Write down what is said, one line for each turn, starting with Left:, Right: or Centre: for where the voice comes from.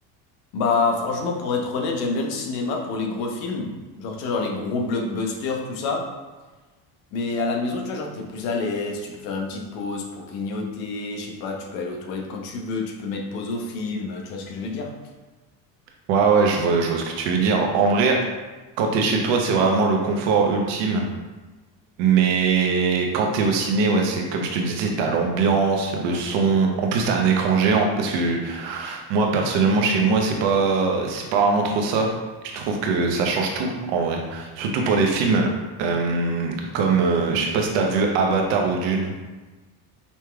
Left: Bah franchement pour être honnête j'aime bien le cinéma pour les gros films genre tu vois genre les gros blockbusters tout ça mais à la maison tu vois genre t'es plus à l'aise tu peux faire une petite pause pour grignoter je sais pas tu peux aller aux toilettes quand tu veux tu peux mettre pause au film tu vois ce que je veux dire
Right: Ouais, ouais, je vois, je vois ce que tu veux dire. En vrai, quand t'es chez toi, c'est vraiment le confort ultime. Mais quand t'es au ciné, ouais, c'est comme je te disais, t'as l'ambiance, le son. En plus, t'as un écran géant. Parce que moi, personnellement, chez moi, c'est pas, c'est pas vraiment trop ça. Je trouve que ça change tout, en vrai. Surtout pour des films euh, comme, euh, je sais pas si t'as vu Avatar ou Dune.